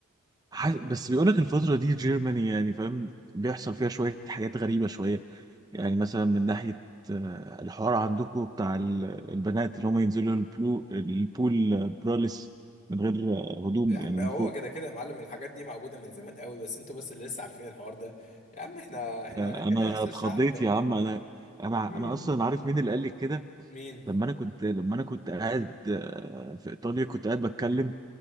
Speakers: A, on the right; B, on the left.
A: ح- بس بيقول لك الفترة دي جيرماني يعني فاهم بيحصل فيها شوية حاجات غريبة شوية يعني مثلا من ناحية آه، الحوار عندكم بتاع ال- البنات اللي هم ينزلوا البلو البول آه، براليس من غير آه، هدوم
B: يا عم
A: يعني
B: هو
A: من فوق
B: كده كده يا معلم الحاجات دي موجوده من زمان قوي بس انتوا بس اللي لسه عارفين الحوار ده يا عم احنا احنا
A: يعني
B: هنا
A: انا
B: لسه
A: اتخضيت
B: الشعب
A: يا عم انا انا
B: مم.
A: انا اصلا عارف مين اللي قال لي كده
B: مين
A: لما انا كنت لما انا كنت قاعد آه، في ايطاليا كنت قاعد بتكلم